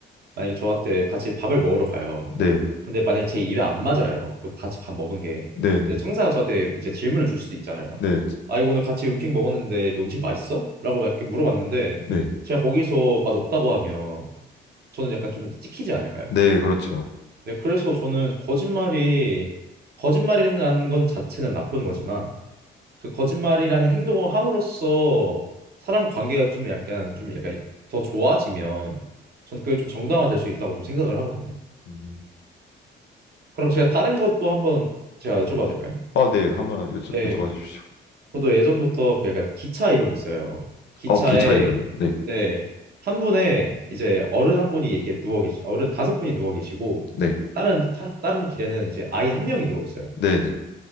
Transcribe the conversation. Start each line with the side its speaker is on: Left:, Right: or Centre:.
Right: 만약에 저한테 같이 밥을 먹으러 가요.
Left: 네,
Right: 근데 만약에 제 입에 안 맞아요. 그 같이 밥 먹은 게.
Left: 네,
Right: 근데
Left: 네,
Right: 청사가 저한테 이제 질문을 줄 수도 있잖아요.
Left: 네,
Right: 아, 이거 오늘 같이 음식 먹었는데 이거 음식 맛있어? 라고 막 이렇게 물어봤는데
Left: 네,
Right: 제가 거기서 맛없다고 하면 저는 약간 좀 찍히지 않을까요?
Left: 네, 그렇죠.
Right: 네, 그래서 저는 거짓말이 거짓말이라는 건 자체는 나쁜 거지만 그 거짓말이라는 행동을 함으로써 사람 관계가 좀 약간 좀 약간 더 좋아지면 저는 그게 좀 정당화될 수 있다고 좀 생각을 하거든요.
Left: 음,
Right: 그럼 제가 다른 것도 한번 제가 여쭤봐도 될까요?
Left: 아, 네, 한번 여쭤,
Right: 네.
Left: 여쭤봐 주십시오.
Right: 저도 예전부터 그 약간 기차 이론이 있어요. 기차에
Left: 어, 기차 이론이요? 네,
Right: 네. 한 분에 이제 어른 한 분이 이렇게 누워 계시, 어른 다섯 분이 누워 계시고
Left: 네,
Right: 다른 한, 다른 길에는 이제 아이 한 명이 누워 있어요.
Left: 네, 네.